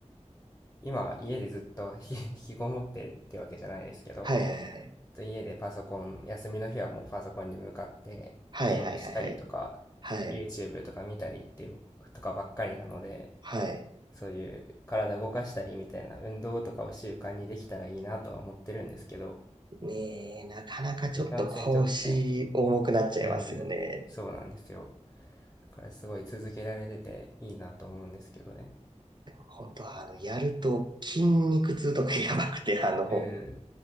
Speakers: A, on the left; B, on the right.
A: う、今家でずっとひ <laughs> 引きこもってってわけじゃないですけど、
B: はいはいはい。
A: と家でパソコン、休みの日はもうパソコンに向かってゲームしたりとか、
B: はいはいはいはい。はい。
A: YouTube とか見たりっていうとかばっかりなので、
B: はい。
A: そういう体動かしたりみたいな運動とかを習慣にできたらいいなとは思ってるんですけど、
B: ねえ、なかなかちょっと腰重くなっちゃいますよね。
A: いかんせんちょっとね、うん、そうなんですよ。だからすごい続けられてていいなと思うんですけどね。
B: 本当は、あの、やると筋肉痛とかやばくて、あの、
A: うん、